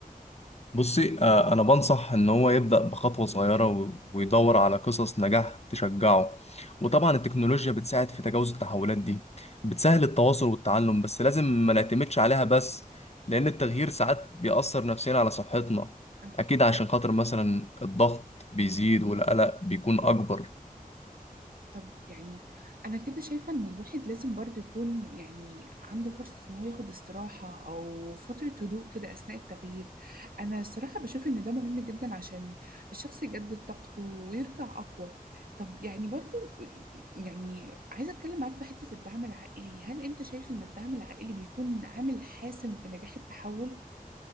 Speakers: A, on the left; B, on the right.
A: بصي آه، أنا بنصح إن هو يبدأ بخطوة صغيرة و- ويدور على قصص نجاح تشجعه وطبعا التكنولوجيا بتساعد في تجاوز التحولات دي بتسهل التواصل والتعلم بس لازم ما نعتمدش عليها بس لأن التغيير ساعات بيأثر نفسيا على صحتنا
B: أوكي
A: أكيد عشان خاطر مثلا الضغط بيزيد والقلق بيكون أكبر
B: طب يعني أنا كده شايفة إن الواحد لازم برضه يكون يعني عنده فرصة إن هو ياخد استراحة أو فترة هدوء كده أثناء التغيير أنا الصراحة بشوف إن ده مهم جدا عشان الشخص يجدد طاقته ويرجع أقوى طب يعني برضه يعني عايزة أتكلم معاك في حتة الدعم العائلي هل أنت شايف إن الدعم العائلي بيكون عامل حاسم في نجاح التحول؟